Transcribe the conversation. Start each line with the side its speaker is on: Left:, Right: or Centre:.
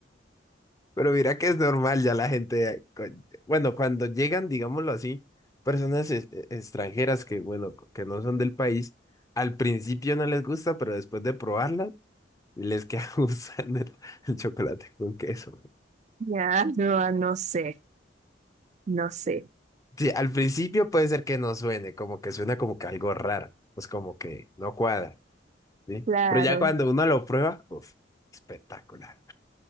Left: Pero mira que es normal ya la gente, cu- bueno, cuando llegan, digámoslo así, personas es- e- extranjeras que, bueno, que no son del país, al principio no les gusta, pero después de probarla, les queda <laughs> gustando el, el chocolate con queso.
Right: Ya, no, ah, no sé, no sé.
Left: Sí, al principio puede ser que no suene, como que suena como que algo raro, pues como que no cuadra, ¿sí?
Right: Claro.
Left: Pero ya cuando uno lo prueba, uff, espectacular.